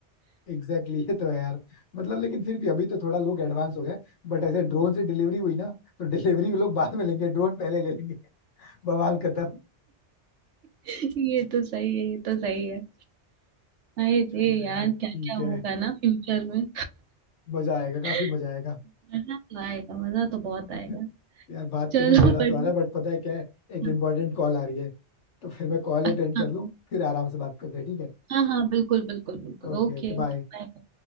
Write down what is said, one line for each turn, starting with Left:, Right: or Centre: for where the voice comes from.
Left: एग्जैक्टली exactly, ये तो है यार मतलब लेकिन फिर भी अभी तो थोड़ा लोग एडवांस हो गए बट ऐसे ड्रोन से डिलीवरी हुई ना तो डिलीवरी भी लोग बाद में लेंगे ड्रोन पहले ले लेंगे <laughs> बवाल खत्म
Right: <laughs> ये तो सही है ये तो सही है अरे
Left: चलो
Right: रे यार
Left: यार
Right: क्या
Left: ठीक
Right: क्या होगा
Left: है
Right: ना फ्यूचर में
Left: मजा आएगा
Right: <laughs>
Left: काफी मजा आएगा
Right: मजा तो आएगा मजा तो बहुत
Left: <laughs>
Right: आएगा
Left: यार बात
Right: चलो
Left: करने में मजा
Right: हाँ बढ़िया
Left: तो आ रहा है बट पता है क्या है एक
Right: हाँ,
Left: इम्पोर्टेंट कॉल आ रही है तो फिर मैं कॉल
Right: अच्छा
Left: अटेंड कर लूँ फिर आराम से बात करते हैं ठीक है
Right: हाँ हाँ बिल्कुल बिल्कुल बिल्कुल
Left: Okay
Right: ओके
Left: okay bye
Right: ओके बाय